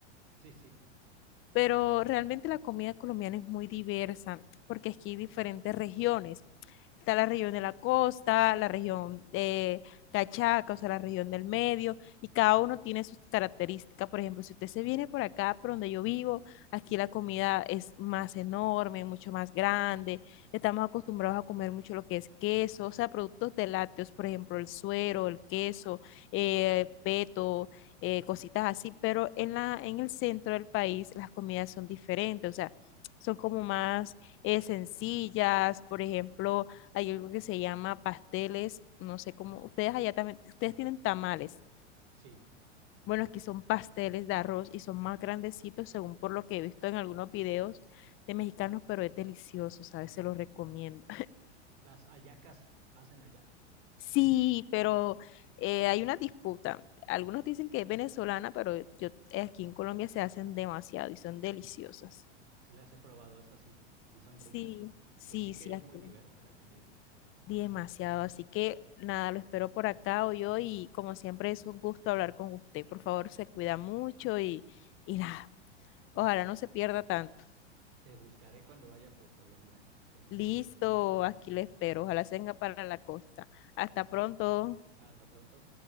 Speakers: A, on the right; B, on the left.
A: sí, sí,
B: Pero realmente la comida colombiana es muy diversa porque aquí hay diferentes regiones. Está la región de la costa, la región de Cachaca, o sea, la región del medio, y cada uno tiene sus características. Por ejemplo, si usted se viene por acá, por donde yo vivo, aquí la comida es más enorme, mucho más grande. Estamos acostumbrados a comer mucho lo que es queso, o sea, productos de lácteos, por ejemplo, el suero, el queso, eh, peto eh, cositas así, pero en la, en el centro del país las comidas son diferentes, o sea, son como más eh, sencillas, por ejemplo, hay algo que se llama pasteles, no sé cómo, ustedes allá también, ustedes tienen tamales,
A: sí.
B: bueno, aquí son pasteles de arroz y son más grandecitos según por lo que he visto en algunos videos de mexicanos, pero es delicioso, ¿sabes? Se los recomiendo.
A: Las hallacas hacen allá.
B: Sí, pero eh, hay una disputa. Algunos dicen que es venezolana, pero yo eh, aquí en Colombia se hacen demasiado y son deliciosas.
A: Sí las he probado, es así. Y son
B: Sí,
A: ricas.
B: sí,
A: Pues sí que
B: sí,
A: es
B: aquí
A: muy diversa
B: las-
A: la comida.
B: demasiado. Así que nada, lo espero por acá hoy yo y como siempre es un gusto hablar con usted. Por favor, se cuida mucho y, y nada, ojalá no se pierda tanto.
A: Te buscaré cuando vaya por Colombia, don
B: Listo,
A: Loranis.
B: aquí le espero. Ojalá se venga para la costa. Hasta pronto.
A: Hasta pronto.